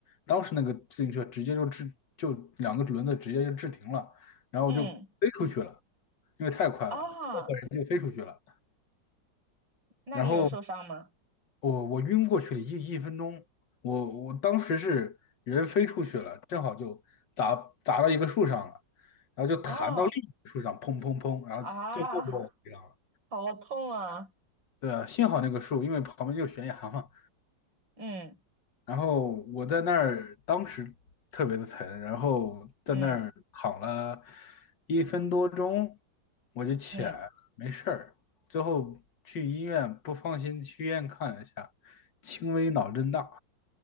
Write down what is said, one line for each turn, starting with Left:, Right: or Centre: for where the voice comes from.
Left: 当时那个自行车直接就制就两个轮子直接就制停了，然后就飞出去了，
Right: 嗯
Left: 因为太快了，
Right: 啊，
Left: 这个人就飞出去了。
Right: 那你有受伤吗？
Left: 然后我我晕过去了一一分钟，我我当时是人飞出去了，正好就砸砸到一个树上了，然后就弹到另一棵树上，
Right: 哦
Left: 砰砰砰，然后最后把我击上了。
Right: 啊，好痛啊！
Left: 对啊，幸好那个树，因为旁边就是悬崖嘛。
Right: 嗯
Left: 然后我在那儿，当时特别的疼，然后在那儿躺了
Right: 嗯
Left: 一分多钟，我就起来了没事儿。
Right: 嗯，
Left: 最后去医院，不放心去医院看了一下，轻微脑震荡。